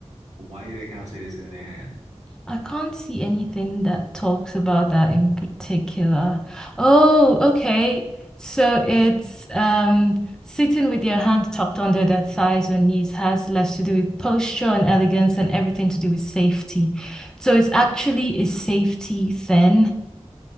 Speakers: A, on the right (about 75°); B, in the centre.
A: Why did the account say this in their hands?
B: I can't see anything that talks about that in particular. Oh, okay. So it's um, sitting with your hand tucked under their thighs or knees has less to do with posture and elegance and everything to do with safety. So it's actually a safety thing.